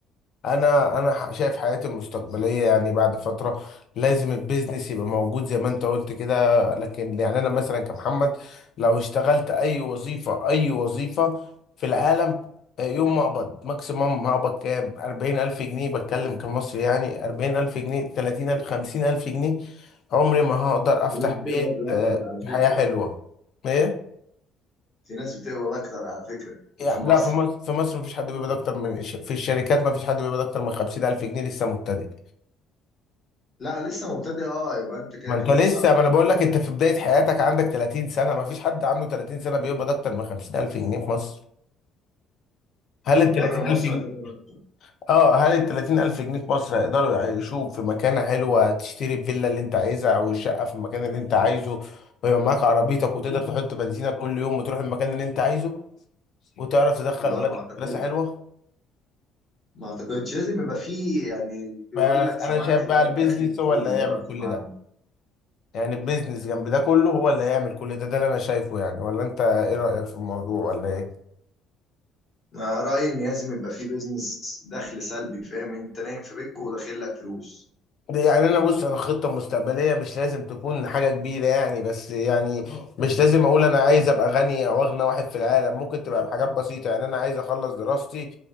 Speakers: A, on the left (about 50°); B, on the left (about 30°).
A: انا أنا ح- شايف حياتي المستقبليه يعني بعد فتره لازم البيزنس يبقى موجود زي ما انت قلت كده لكن يعني انا مثلا كمحمد لو اشتغلت اي وظيفه اي وظيفه في العالم آه، يوم ما اقبض ماكسيمم هقبض كام 40000 جنيه بتكلم كمصري يعني 40000 جنيه 30000 50000 جنيه عمري ما هقدر افتح
B: في ناس بتقبض
A: بيت
B: اكتر
A: آه،
B: على فكره
A: بحياه حلوه ايه
B: في ناس بتقبض اكتر على فكره
A: يعني
B: وفي مصر
A: لا في مصر في مصر مفيش حد بيقبض اكتر من الش- في الشركات مفيش حد بيقبض اكتر من 50000 جنيه لسه مبتدئ
B: لا لسه مبتدئ اه يبقى انت كده
A: ما انت
B: كلامك
A: لسه
B: صح
A: ما انا بقول لك انت في بداية حياتك عندك 30 سنة مفيش حد عنده 30 سنة بيقبض اكتر من 50000 جنيه في مصر هل
B: لا،
A: ال 30000
B: بره مصر
A: جنيه
B: هتقبض اكتر
A: اه هل ال 30000 جنيه في مصر هيقدروا يعيشوك في مكانة حلوة تشتري الفيلا اللي انت عايزها او الشقة في المكان اللي انت عايزه ويبقى معاك عربيتك وتقدر تحط بنزينك كل يوم وتروح المكان اللي انت عايزه وتعرف تدخل
B: لا
A: ولادك
B: ما اعتقدش
A: مدرسة حلوة
B: ما اعتقدش لازم يبقى فيه يعني بيقول
A: بس
B: لك
A: انا
B: سمعت
A: شايف بقى
B: اللي هو
A: البيزنس
B: الدخل السلبي
A: هو اللي هيعمل
B: ده لو تسمع
A: كل ده
B: عنه.
A: يعني البيزنس جنب ده كله هو اللي هيعمل كل ده ده اللي انا شايفه يعني ولا انت ايه رأيك في الموضوع ولا ايه
B: انا رايي ان لازم يبقى فيه بيزنس دخل سلبي فاهم انت نايم في بيتك وداخل لك فلوس
A: يعني انا بص انا خطه مستقبليه مش لازم تكون حاجه كبيره يعني بس يعني مش لازم اقول انا عايز ابقى غني او اغنى واحد في العالم ممكن تبقى بحاجات بسيطه يعني انا عايز اخلص دراستي